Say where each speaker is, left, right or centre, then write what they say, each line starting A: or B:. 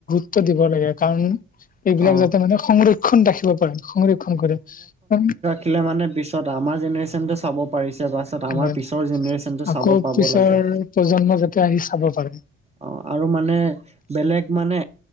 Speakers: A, on the left; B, on the right.
A: ত্ব দিব লাগে কাৰণ, এইবিলাক
B: অ
A: যাতে মানে সংৰক্ষণ ৰাখিব পাৰে সংৰক্ষণ কৰে। কাৰণ,
B: খিলে মানে পিছত আমাৰ জেনেৰেশ্যনটোৱে চাব- পাৰিছে পাছত আমাৰ
A: হয়
B: পিছৰ জেনেৰেশ্যনটো
A: আকৌ
B: চাব পাব
A: পিছৰ
B: লাগে।
A: প্ৰজন্ম যাতে আহি চাব পাৰে।
B: অঁ আৰু মানে বেলেগ মানে